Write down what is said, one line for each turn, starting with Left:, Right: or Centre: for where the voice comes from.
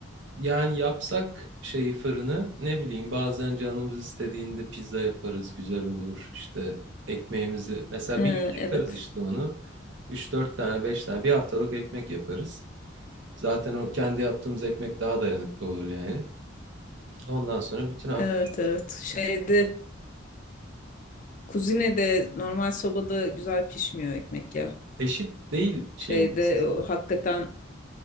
Right: yani yapsak şeyi fırını ne bileyim bazen canımız istediğinde pizza yaparız güzel olur işte ekmeğimizi mesela
Left: Ee,
Right: bir gün
Left: evet.
Right: yakarız işte onu üç dört tane 5 tane bir haftalık ekmek yaparız. Zaten o kendi yaptığımız ekmek daha dayanıklı olur yani. Ondan sonra bütün hafta
Left: Evet evet. Şeyde kuzinede normal sobada güzel pişmiyor ekmek ya.
Right: eşit değil şeyin
Left: Şeyde
Right: ısısı.
Left: o, hakikaten